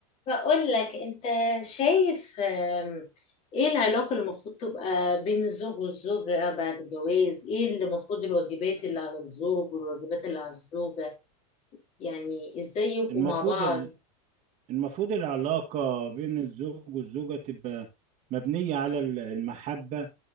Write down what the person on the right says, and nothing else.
المفروض
ال- المفروض العلاقة بين الزوج والزوجة تبقى مبنية على ال- المحبة